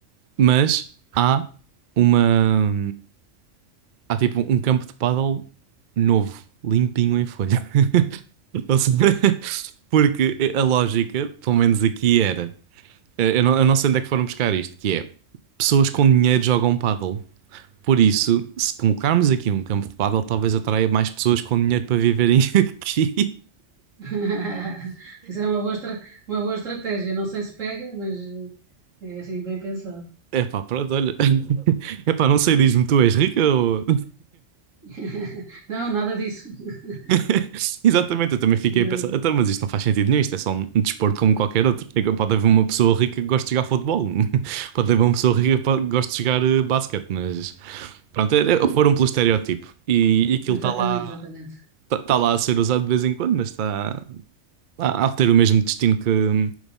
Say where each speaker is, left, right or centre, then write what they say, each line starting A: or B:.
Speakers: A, on the right; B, on the right.
A: Mas há uma. Há tipo um campo de pádel novo, limpinho em folha. <laughs> Ou seja, <laughs> Porque a lógica, pelo menos aqui, era. eh, Eu não, eu não sei onde é que foram buscar isto, que é pessoas com dinheiro jogam pádel. Por isso, se colocarmos aqui um campo de pádel, talvez atraia mais pessoas com dinheiro para viverem <laughs> aqui.
B: <laughs> Isso é uma boa, estra- uma boa estratégia. Não sei se pega, mas eh, é assim bem pensado.
A: Epá, pronto, olha. <laughs> Epá, não sei, diz-me, tu és rica ou...
B: <laughs> Não, nada disso. <laughs>
A: <laughs> Exatamente, eu também fiquei
B: Nada.
A: a pensar, então, mas isto não faz sentido nenhum, isto é só um desporto como qualquer outro. É que Pode haver uma pessoa rica que goste de jogar futebol, <laughs> pode haver uma pessoa rica que pode- goste de jogar eh, basquete, mas... Pronto, é- é- foram pelo estereótipo. E, e aquilo
B: Exatamente,
A: está lá,
B: exatamente.
A: tá, tá lá a ser usado de vez em quando, mas está a, a ter o mesmo destino que,